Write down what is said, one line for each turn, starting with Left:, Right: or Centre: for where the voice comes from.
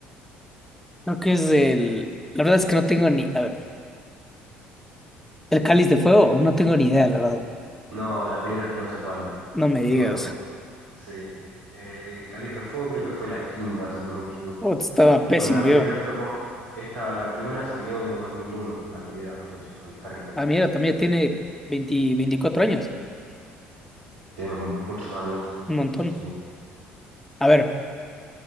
Centre: Creo que es el. La verdad es que no tengo ni. A ver, el Cáliz de Fuego, no tengo ni idea, la verdad.
Right: No, la piedra filosofal.
Centre: No me
Right: Y
Centre: digas.
Right: bueno, sí. Eh, el cáliz de fuego creo que fue la quinta, si no me equivoco.
Centre: Putz, estaba pésimo
Right: Bueno, la
Centre: yo.
Right: piedra filosofal, esta, la primera salió en el 2001, la piedra filosofal, Harry Potter.
Centre: Ah, mira, también tiene 20 24 años.
Right: Tienen muchos años,
Centre: Un montón.
Right: sí,
Centre: A ver,